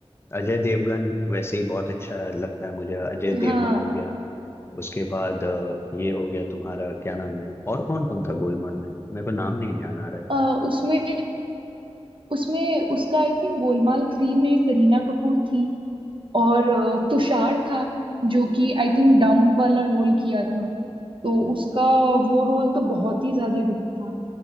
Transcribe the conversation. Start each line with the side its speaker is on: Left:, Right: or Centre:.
Left: अजय देवगन वैसे ही बहुत अच्छा लगता है मुझे अजय देवगन
Right: हाँ
Left: हो गया उसके बाद अ, ये हो गया तुम्हारा क्या नाम है और कौन कौन था गोलमाल में मेरे को नाम नहीं ध्यान आ रहा है
Right: अ, उसमें उसमें उसका आई थिंक गोलमाल थ्री में करीना कपूर थी और अ, तुषार था जो कि आई थिंक डम वाला रोल किया था तो उसका वो रोल तो बहुत ही ज्यादा हिट था